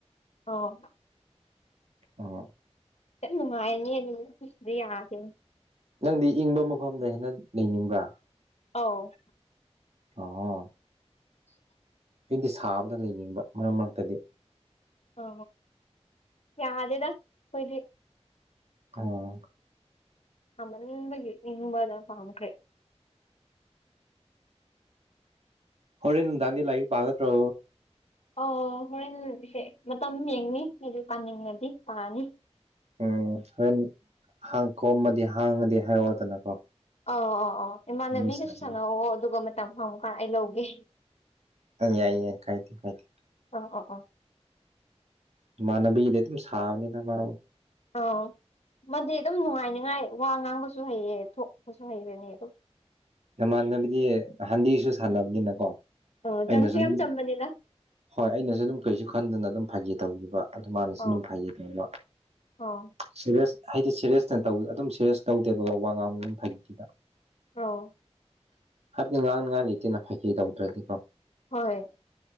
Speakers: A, on the left; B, on the right.
A: ꯑꯣ
B: ꯑ
A: ꯌꯥꯝ ꯅꯨꯡꯉꯥꯏꯅꯦ ꯑꯗꯨꯗꯤ ꯑꯩꯈꯣꯏ ꯁꯤꯗ ꯌꯥꯗꯦ <unintelligible>
B: ꯅꯪꯗꯤ ꯏꯪꯕ ꯃꯐꯝꯗ ꯍꯦꯟꯅ ꯂꯩꯅꯤꯡꯕ꯭ꯔꯥ
A: ꯑꯧ
B: ꯑꯣ
A: <unintelligible>
B: ꯑꯩꯗꯤ ꯁꯥꯕꯗ ꯂꯩꯅꯤꯡꯕ ꯃꯔꯛ ꯃꯔꯛꯇꯗꯤ
A: ꯑ ꯌꯥꯗꯦꯗ ꯑꯩꯈꯣꯏꯗꯤ
B: ꯑꯣ
A: ꯑꯃꯟꯅꯤꯡꯕꯒꯤ ꯅꯤꯡꯕꯗ ꯄꯥꯝꯈ꯭ꯔꯦ
B: ꯍꯣꯔꯦꯟ ꯅꯨꯡꯗꯥꯡꯗꯤ ꯂꯥꯏꯔꯤꯛ ꯄꯥꯒꯇ꯭ꯔꯣ
A: ꯑꯣ ꯍꯣꯔꯦꯟꯁꯦ ꯃꯇꯝ ꯌꯦꯡꯅꯤ ꯑꯩꯗꯤ ꯄꯥꯅꯤꯡꯉꯗꯤ ꯄꯥꯅꯤ
B: ꯎꯝ ꯍꯣꯔꯦꯟ ꯍꯥꯡ ꯀꯣꯝꯃꯗꯤ ꯍꯥꯡꯉꯗꯤ ꯍꯥꯏꯔꯛꯑꯣꯗꯅꯀꯣ
A: ꯑ ꯑ ꯑꯣ ꯏꯃꯥꯟꯅꯕꯤꯒꯁꯨ
B: ꯅꯪ ꯁꯥꯕ
A: ꯁꯥꯟꯅꯧꯋꯣ ꯑꯗꯨꯒ ꯃꯇꯝ ꯐꯪꯕꯀꯥꯟ ꯑꯩ ꯂꯧꯒꯦ
B: ꯌꯥꯏ ꯌꯥꯏ ꯀꯥꯏꯗꯦ ꯀꯥꯏꯗꯦ
A: ꯑꯣ ꯑꯣ ꯑꯣ
B: ꯏꯃꯥꯟꯅꯕꯤꯗ ꯑꯗꯨꯝ ꯁꯥꯕꯅꯤꯅ ꯃꯥ
A: ꯑꯥꯎ ꯃꯥꯗꯤ ꯑꯗꯨꯝ ꯅꯨꯡꯉꯥꯏꯅꯤꯉꯥꯏ ꯋꯥ ꯉꯥꯡꯕꯁꯨ ꯍꯩꯌꯦ ꯊꯣꯛꯄꯁꯨ ꯍꯩꯕꯅꯦ ꯑꯗꯨꯝ
B: ꯅꯃꯥꯟꯅꯕꯤꯗꯤ ꯅꯍꯥꯟꯗꯩꯁꯨ ꯁꯥꯟꯅꯕꯅꯤꯅꯀꯣ
A: ꯑꯣ
B: ꯑꯩꯅꯖꯨꯝ
A: ꯆꯝꯁꯨ ꯌꯥꯝ ꯆꯝꯕꯅꯤꯗ
B: ꯍꯣꯏ ꯑꯩꯅꯖꯨ ꯑꯗꯨꯝ ꯀꯩꯁꯨ ꯈꯟꯗꯅ ꯑꯗꯨꯝ ꯐꯥꯒꯤ ꯇꯧꯒꯤꯕ ꯑꯗꯨ ꯃꯥꯅꯁꯨ
A: ꯑꯧ
B: ꯑꯗꯨꯝ ꯐꯥꯒꯤꯒꯨꯝꯕ
A: ꯑꯧ
B: ꯁꯦꯔꯦꯁ ꯍꯥꯏꯗꯤ ꯁꯦꯔꯦꯁꯇ ꯇꯧ ꯑꯗꯨꯝ ꯁꯦꯔꯦꯁ ꯇꯧꯗꯦꯕꯀꯣ ꯋꯥ ꯉꯥꯡ ꯑꯗꯨꯝ ꯐꯩꯗ
A: ꯑꯥꯎ
B: ꯍꯥꯏꯕꯗꯤ ꯉꯥꯡꯅꯤꯡꯉꯥꯏ ꯂꯩꯇꯦꯅ ꯐꯥꯒꯤ ꯇꯧꯗ꯭ꯔꯗꯤꯀꯣ
A: ꯍꯣꯏ